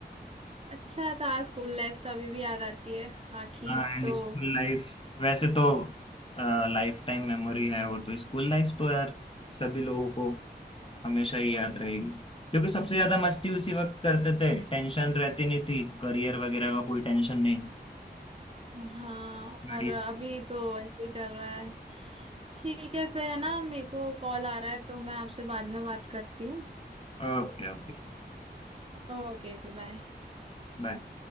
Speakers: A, on the right; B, on the left.
A: अच्छा था स्कूल लाइफ तो अभी भी याद आती है आखिर
B: हाँ एंड
A: तो
B: स्कूल लाइफ वैसे तो लाइफ टाइम मेमोरी है वो तो स्कूल लाइफ तो यार सभी लोगों को हमेशा ही याद रहेगी क्योंकि सबसे ज्यादा मस्ती उसी वक्त करते थे टेंशन रहती नहीं थी करियर वगैरह का कोई टेंशन नहीं
A: हाँ
B: बढ़िया
A: और अभी तो ऐसे ही चल रहा है ठीक है फिर है ना मेरे को कॉल आ रहा है तो मैं आपसे बाद में बात करती हूँ
B: ओके ओके
A: Okay okay बाय
B: बाय